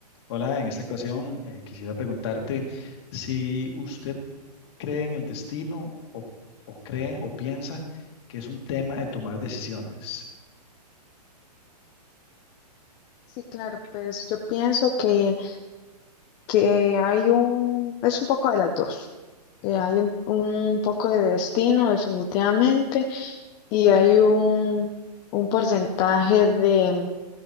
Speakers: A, on the left (about 40°); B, on the left (about 20°).
A: Hola, en esta ocasión eh, quisiera preguntarte si usted cree en el destino o, o cree o piensa que es un tema de tomar decisiones.
B: Sí, claro, pues yo pienso que, que hay un, es un poco de las dos. Eh, hay un, un poco de destino, definitivamente, y hay un, un porcentaje de,